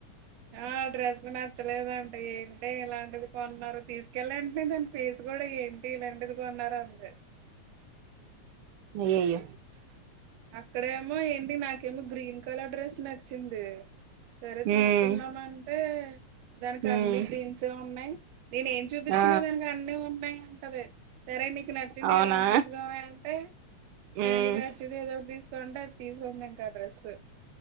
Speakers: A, on the right; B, on the right.
A: ఆ డ్రెస్ నచ్చలేదంటడి ఏంటి ఇలాంటిది కొన్నారు తీసుకెళ్ళండి అంటే దాని పేస్ కూడా ఏంటి ఇలాంటిది కొన్నార అంతే
B: ఏ
A: అక్కడేమో ఏంటి నాకేమో గ్రీన్ కలర్ డ్రెస్ నచ్చింది సరే తీసుకుందాం
B: ఉమ్
A: అంటే దానికి
B: ఉమ్
A: అన్ని గ్రీన్స్ ఉన్నాయి నేను ఏం చూపించినా
B: ఆ
A: దానికి అన్నిీ ఉన్నాయి అంటది సరే నీకు నచ్చింది
B: అవునా
A: ఏదో ఒకటి తీసుకోమ అంటే
B: ఉమ్
A: నీకు నచ్చింది ఏదోటి తీ తీసుకుం డ్రస్